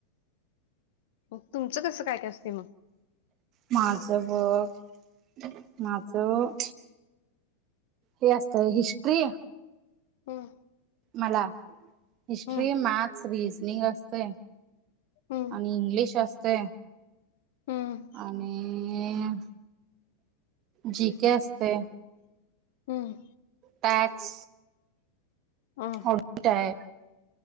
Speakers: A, on the left; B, on the right.
A: मग तुमचं कसं काय-काय असते मग?
B: माझं बघ माझं हे असतं हिस्ट्री
A: हम्म.
B: मला हिस्ट्री,
A: हम्म
B: मॅथ्स, रिजनिंग असतय
A: हम्म
B: आणि इंग्लिश असतय.
A: हम्म
B: आणि जी के असतय.
A: हम्म.
B: टॅक्स
A: हं
B: ऑडिट आहे.